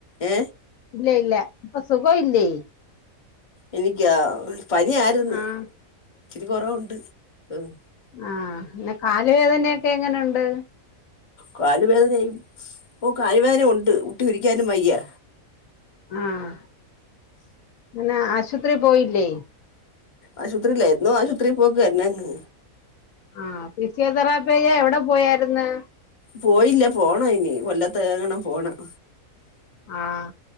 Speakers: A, on the left (about 30°); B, on the left (about 75°).
A: ഏ
B: ഇല്ല ഇല്ല ഇപ്പൊ സുഖം ഇല്ലേ
A: എനിക്കാ പനിയാർന്ന്
B: ആഹ്
A: ഇച്ചിരി കുറവുണ്ട് ഉം
B: ആഹ പിന്നെ കാല് വേദനൊക്കെ എങ്ങനുണ്ട്
A: കാലുവേദന ഓഹ് കാലുവേദന ഉണ്ട് മുട്ട് ഇരിക്കാനും വയ്യ
B: ആഹ് <unintelligible> ആശുപത്രി പോയില്ലേ
A: ആശുപത്രിയില്ല എന്നും ആശുപത്രി പോക്കനെന്ന്
B: ആഹ് ഫിസിയോതെറാപ്പിയ്യാൻ എവിടെ പോയാരിന്ന്
A: പോയില്ല പോണം ഇനി കൊല്ലത്തങ്ങണം പോണം
B: ആഹ